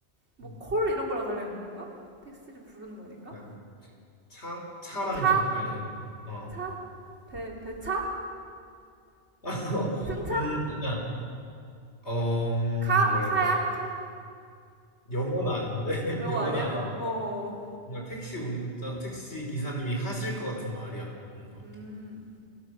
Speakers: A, on the right; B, on the left.
A: 뭐
B: 음,
A: 콜 이런 거랑 관련 있는 건가? 택시를 부르는 거니까.
B: 약간 차? 차랑
A: 차,
B: 좀 관련이 있어. 어.
A: 차, 배, 배차,
B: <laughs>
A: 승차,
B: 음, 약간, 어, 음,
A: 카,
B: 뭐랄까.
A: 카야, 카.
B: 영어는 아닌데, <laughs>
A: 영어
B: 영어는
A: 아니야?
B: 아닌데.
A: 어, 어, 어.
B: 뭔가 택시 운전, 택시 기사님이 하실 것 같은 말이야. 뭔가 이렇게.
A: 음.